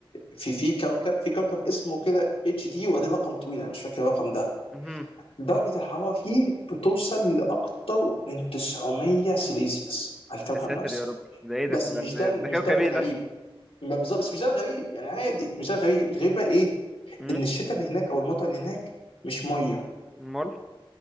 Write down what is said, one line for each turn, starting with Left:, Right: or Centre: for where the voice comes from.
Left: في في كوكب في كوكب اسمه كده اتش دي وبعدين رقم طويل انا مش فاكر الرقم ده
Centre: مهم.
Left: درجه الحراره فيه بتوصل لاكتر من 900 سيليزيوس على الكوكب
Centre: يا ساتر
Left: نفسه
Centre: يا رب ده ايه
Left: بس
Centre: ده ده
Left: مش
Centre: ده,
Left: ده مش
Centre: ده كوكب
Left: ده الغريب
Centre: ايه ده
Left: ما بالظبط بس مش ده الغريب يعني عادي مش ده الغريب الغريب بقى ايه
Centre: هم؟
Left: ان الشتاء اللي هناك او المطر اللي هناك مش ميه
Centre: امال